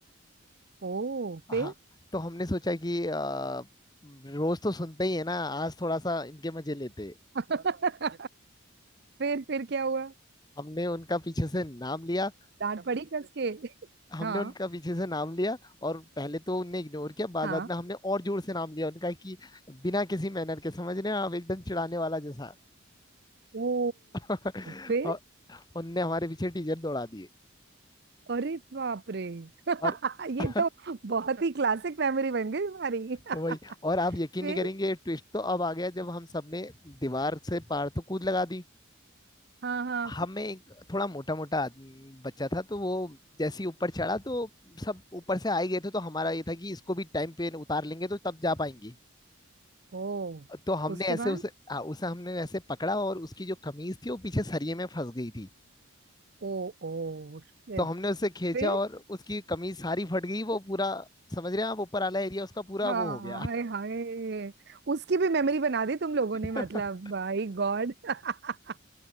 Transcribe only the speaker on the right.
ओ फिर
<laughs> फिर फिर क्या हुआ
डांट पड़ी कस के <laughs>
हाँ
हाँ
ओ
फिर
अरे बाप रे <laughs>
ये
तो बहुत ही क्लासिक मेमोरी बन गई हमारी <laughs>
फिर
हाँ हाँ
ओ
उसके
बाद
ओ ओ शिट
फिर
हाँ
हाय हाय उसकी भी मेमोरी बना दी तुम लोगों ने मतलब
बाय गॉड <laughs>